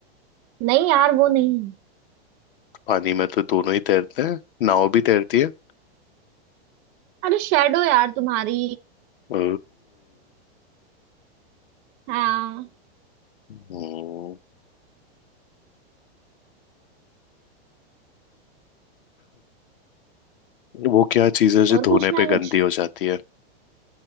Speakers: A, on the right (about 20°); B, on the left (about 55°).
A: नहीं यार वो नहीं
B: पानी में तो दोनों ही तैरते हैं नाव भी तैरती है
A: अरे शेडो यार तुम्हारी
B: ओ,
A: हाँ
B: हम्म। वो क्या चीज है जो
A: और
B: धोने
A: पूछना
B: पे
A: है कुछ
B: गंदी हो जाती है